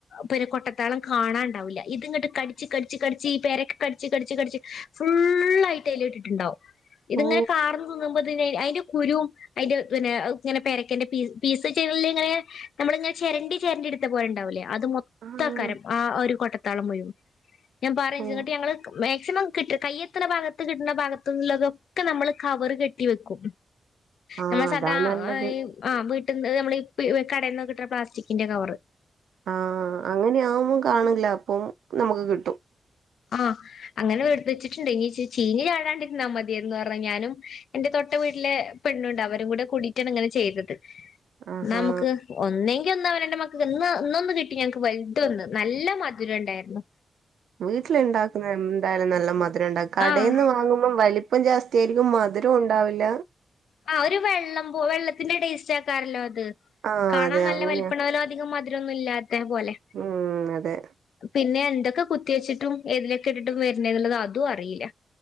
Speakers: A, on the left; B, on the right.
A: പേര കൊട്ടത്താളം കാണാണ്ടാവില്ല ഇത് ഇങ്ങട്ട് കടിച്ച് കടിച്ച് കടിച്ച് ഈ പെരക്ക കടിച്ച് കടിച്ച് കടിച്ച് ഫുള്ളായിട്ട് അയ്ല ഇട്ടിട്ടുണ്ടാവും ഇതിങ്ങനെ
B: ഓ
A: കാറന്ന്തിന്നുമ്പോൾ പിന്നെ അയ്ന്റെ കുരുവും അയ്ന്റെ പിന്നെ ഇങ്ങനെ പേരക്കന്റെ ഇങ്ങനെ പീസ്ചെയ്യല് എങ്ങനാ ഇങ്ങനെ നമ്മളിങ്ങനെ ചെരണ്ടി ചെരണ്ടി എടുത്ത പോലെണ്ടാവില്ലേ അത് മൊത്ത
B: ആഹ്
A: കരം ആ ഒരു കൊട്ടത്താളം മുഴ ഞാൻ പറങ്ങിട്ട്
B: ഓ
A: ഞങ്ങള് മാക്സിമം കിട്ട് കയ്യെത്ത്ണ ഭാഗത്ത് കിട്ടുന്ന ഭാഗത്തുള്ളതൊക്കെ നമ്മള് കവറ് കെട്ടി വെക്കും
B: ആഹ്
A: നമ്മള് സദാ
B: അതാ നല്ലത്
A: ഈ ആ വീട്ടിൽന്ന് നമ്മള് കടയിൽന്ന് കിട്ടുന്ന പ്ലാസ്റ്റിക്കിന്റെ കവറ്
B: ആഹ് അങ്ങനെയ ആകുമ്പോ കാണില്ല അപ്പം നമുക്ക് കി
A: ആഹ് അങ്ങനെ വെടു വെച്ചിട്ടുണ്ട് ഇനി ചീനി ചാടാണ്ടിരുന്നാ മതിയ എന്ന് പറഞ്ഞാലും എന്റെ തൊട്ട വീട്ടിലെ പെണ്ണുണ്ട് അവരും കൂടെ കൂടിയിട്ടാണ് ഇങ്ങനെ ചെയ്തത്
B: ആഹാ
A: ന്നാ നമുക്ക് ഒന്നേ ഇന്ന് എന്റെ മക്കക്ക് ഇന്ന് ഇന്നൊന്ന് കിട്ടി ഞങ്ങക്ക് വലുതൊന്ന് നല്ല മധുരംണ്ടായിരുന്നു
B: വീട്ടിലുണ്ടാക്കുന്ന എന്തായാലും നല്ല മധുരം ഉണ്ടാ കടയിൽന്ന്
A: ആഹ്
B: വാങ്ങുമ്പോം വലി ഇപ്പം ജാസ്തിയായിരിക്കും മധുരം ഉണ്ടാവില്ല
A: ആഹ് ഒരു വെള്ളം പോ വെള്ളത്തിന്റെ ടേസ്റ്റ് ആക്കാറല്ലോ അത്
B: ആഹ്
A: കാണാൻ
B: അതെ
A: നല്ല
B: അങ്ങനെയാ
A: വലിപ്പണലോ അധികം മധുരന്നും ഇല്ലാത്ത പോലെ
B: ഉം അതെ
A: പിന്നെ എന്തൊക്കെ കുത്തി വെച്ചിട്ടും തിലൊക്കെ ഇട്ടിട്ടും വരണ എന്നുള്ളത് അതും അറിയില്ല